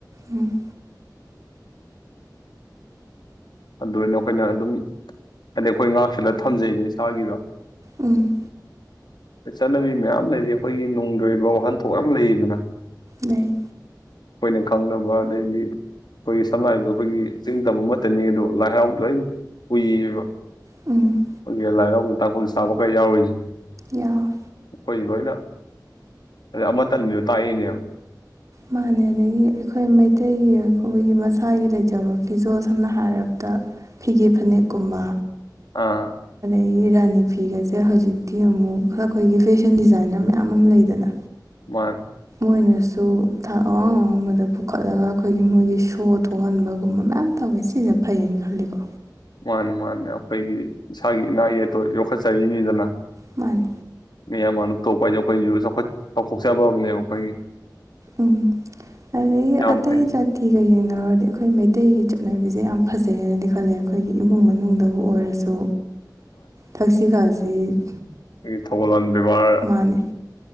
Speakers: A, on the right; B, on the left.
A: ꯎꯝ
B: ꯑꯗꯨꯅ ꯑꯩꯈꯣꯏꯅ ꯑꯗꯨꯝ ꯍꯥꯏꯗꯤ ꯑꯩꯈꯣꯏ ꯉꯥꯛꯁꯤꯜꯂ ꯊꯝꯖꯩꯅꯦ ꯏꯁꯥꯒꯤꯗꯣ
A: ꯎꯝ
B: ꯆꯠꯅꯕꯤ ꯃꯌꯥꯝ ꯂꯩꯔꯤ ꯑꯩꯈꯣꯏꯒꯤ ꯅꯨꯡꯒꯤ ꯑꯣꯏꯕ ꯋꯥꯍꯟꯊꯣꯛ ꯃꯌꯥꯝ ꯂꯩꯔꯤꯗꯅ
A: ꯂꯩ
B: ꯑꯩꯈꯣꯏꯅ ꯈꯪꯅꯕ ꯑꯗꯩꯗꯤ ꯑꯩꯈꯣꯏꯒꯤ ꯁꯝꯅ ꯍꯥꯏꯕꯗ ꯑꯩꯈꯣꯏꯒꯤ ꯆꯤꯡ ꯇꯝ ꯑꯃꯇꯅꯤ ꯑꯗꯣ ꯂꯥꯏꯔꯥꯎꯗ ꯂꯣꯏꯅ ꯎꯏꯌꯦꯕ
A: ꯎꯝ
B: ꯑꯈꯣꯏꯒꯤ ꯂꯥꯏ ꯍꯔꯥꯎ ꯇꯥꯡꯈꯨꯜ ꯁꯥꯕ ꯀ ꯌꯥꯎꯔꯤꯖꯦ
A: ꯌꯥꯎ
B: ꯑꯩꯈꯣꯏ ꯂꯣꯏꯅ ꯑꯗꯩ ꯑꯃꯇꯅꯤꯗꯣ ꯇꯥꯛꯏꯅꯦꯕ
A: ꯃꯥꯅꯦ ꯑꯗꯒꯤ ꯑꯩꯈꯣꯏ ꯃꯩꯇꯩꯒꯤ ꯑꯩꯈꯣꯏꯒꯤ ꯃꯁꯥꯒꯤ ꯂꯩꯖꯕ ꯐꯤꯖꯣꯜ ꯁꯝꯅ ꯍꯥꯏꯔꯕꯗ ꯐꯤꯒꯦ ꯐꯅꯦꯛꯀꯨꯝꯕ
B: ꯑꯥ
A: ꯑꯗꯒꯤ ꯔꯥꯅꯤ ꯐꯤꯒꯁꯦ ꯍꯧꯖꯤꯛꯇꯤ ꯑꯃꯨꯛ ꯑꯩꯈꯣꯏꯒꯤ ꯐꯦꯁꯟ ꯗꯤꯖꯥꯏꯟꯅꯔ ꯃꯌꯥꯝ ꯑꯃ ꯂꯩꯗꯅ
B: ꯃꯥꯅꯤ
A: ꯃꯣꯏꯅꯁꯨ ꯊꯥꯛ ꯑꯋꯥꯡ ꯑꯋꯥꯡꯕꯗ ꯄꯨꯈꯠꯂꯒ ꯑꯩꯈꯣꯏꯒꯤ ꯃꯣꯏꯒꯤ ꯁꯣ ꯊꯣꯛꯍꯟꯕꯒꯨꯝꯕ ꯃꯌꯥꯝ ꯇꯧꯋꯦ ꯁꯤꯅ ꯐꯩꯌꯦꯅ ꯈꯜꯂꯤꯀꯣ
B: ꯃꯥꯅꯦ ꯃꯥꯅꯦ ꯑꯩꯈꯣꯏꯒꯤ ꯏꯁꯥꯒꯤ ꯏꯅꯥꯠ ꯏꯌꯦꯛꯇꯣ ꯌꯣꯛꯈꯠꯆꯔꯤꯅꯤꯗꯅ
A: ꯃꯥꯅꯤ
B: ꯃꯌꯥꯝ ꯃꯥꯡꯗ ꯄꯨꯊꯣꯛꯄ ꯍꯥꯏꯁꯦ ꯑꯩꯈꯣꯏꯁꯨ ꯆꯥꯎꯈꯠ ꯆꯥꯎꯊꯣꯛꯆꯕ ꯑꯃꯅꯦꯕ ꯑꯩꯈꯣꯏꯒꯤ
A: ꯎꯝ ꯑꯗꯒꯤ
B: ꯌꯥꯝ
A: ꯑꯇꯩ
B: ꯐꯩ
A: ꯖꯥꯇꯤꯒ ꯌꯦꯡꯅꯔꯨꯔꯗꯤ ꯑꯩꯈꯣꯏ ꯃꯩꯇꯩꯒꯤ ꯆꯠꯅꯕꯤꯁꯦ ꯌꯥꯝ ꯐꯖꯩꯌꯦꯅꯗꯤ ꯈꯜꯂꯦ ꯑꯩꯈꯣꯏꯒꯤ ꯏꯃꯨꯡ ꯃꯅꯨꯡꯗꯕꯨ ꯑꯣꯏꯔꯁꯨ ꯊꯛꯁꯤ ꯈꯥꯁꯤ ꯑ
B: ꯑꯩ ꯊꯧꯒꯂꯣꯟ ꯕꯦꯕꯥꯔ
A: ꯃꯥꯟꯅꯩ